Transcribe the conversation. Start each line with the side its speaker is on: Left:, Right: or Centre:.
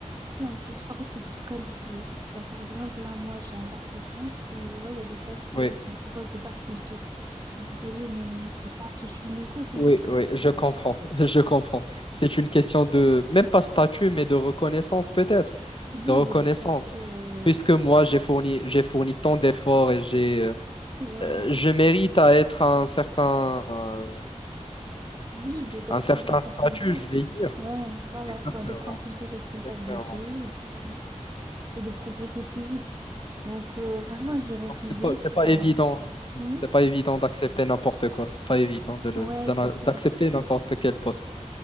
Right: comment dire? En fait, c'est sous-qualifié. Genre, par exemple, là, moi, j'ai un bac plus 5 et je vois, il y a des postes
Left: Mhm.
Right: euh, qui me proposent de bac plus deux Je suis désolée, mais c'est pas question d'ego, c'est
Left: Oui,
Right: juste que,
Left: oui, je comprends, <laughs> je comprends. C'est une question de, même pas statut, mais de reconnaissance peut-être,
Right: oui,
Left: de reconnaissance.
Right: de l'effort que,
Left: Puisque moi, j'ai fourni, j'ai fourni tant d'efforts et j'ai, euh,
Right: ouais,
Left: euh, je mérite à être un certain, euh,
Right: oui, de d'être
Left: un certain
Right: dans un certain
Left: statut,
Right: poste.
Left: je vais dire.
Right: Ouais, voilà.
Left: Exactement,
Right: Genre, de prendre plus de responsabilités
Left: exactement.
Right: et de, et de progresser plus vite. Donc, euh, franchement,
Left: Mm.
Right: j'ai refusé
Left: Donc, c'est pas, c'est
Right: parce
Left: pas
Right: que,
Left: évident.
Right: euh,
Left: Mm.
Right: hmm,
Left: C'est pas évident d'accepter n'importe quoi. C'est pas évident de le,
Right: ouais,
Left: d'en-
Right: c'est ça.
Left: d'accepter n'importe quel poste.